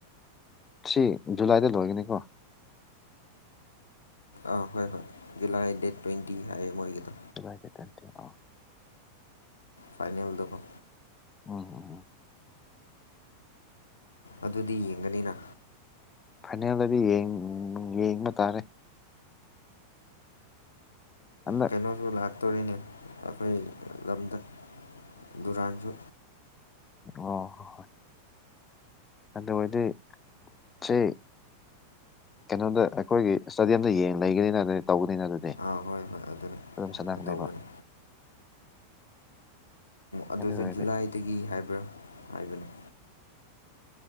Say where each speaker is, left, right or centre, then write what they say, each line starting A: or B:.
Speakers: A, on the left; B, on the left.
A: ꯁꯤ ꯖꯨꯂꯥꯏꯗ ꯂꯣꯏꯒꯅꯤꯀꯣ
B: ꯑꯥ ꯍꯣꯏ ꯍꯣꯏ ꯖꯨꯂꯥꯏ ꯗꯦꯠ ꯇ꯭ꯋꯦꯟꯇꯤ ꯍꯥꯏꯌꯦ ꯃꯣꯏꯒꯤꯗꯣ
A: ꯖꯨꯂꯥꯏ ꯗꯦꯠ ꯇ꯭ꯋꯦꯟꯇꯤ ꯑꯣ
B: ꯐꯥꯏꯅꯦ ꯍꯜꯗꯀꯣ
A: ꯎꯝ
B: ꯑꯗꯨꯗꯤ ꯌꯦꯡꯒꯅꯤꯅ
A: ꯐꯥꯏꯅꯦꯜꯗꯗꯤ ꯌꯦꯡꯕ ꯇꯥꯔꯦ ꯍꯟꯗꯛ
B: ꯀꯩꯅꯣ ꯁ ꯂꯥꯛ ꯆꯠꯇꯣꯔꯤꯅꯦ ꯑꯩꯈꯣꯏ ꯂꯝꯗ ꯗꯨꯔꯥꯟꯁꯨ
A: ꯑꯣ ꯍ ꯍ ꯑꯗꯨ ꯑꯣꯏꯗꯤ ꯁꯤ ꯀꯩꯅꯣꯗ ꯑꯩꯈꯣꯏꯒꯤ ꯏꯁꯇꯗꯤꯌꯝꯗ ꯌꯦꯡ ꯂꯩꯒꯅꯤꯅ ꯑꯗꯨꯗꯤ ꯇꯧꯕꯅꯤꯅ ꯑꯗꯨꯗꯤ
B: ꯑꯥ ꯍꯣꯏ ꯍꯣꯏ ꯑꯗꯨꯅꯤ
A: ꯑꯗꯨꯝ ꯆꯅꯥꯅꯦꯕ
B: ꯇꯧꯕꯅꯤ ꯑꯗꯨꯁꯨ
A: ꯑꯗꯨ ꯑꯣꯏꯔꯗꯤ
B: ꯖꯨꯂꯥꯏꯗꯒꯤ ꯍꯥꯏꯕ꯭ꯔꯥ ꯍꯥꯏꯕꯅꯤ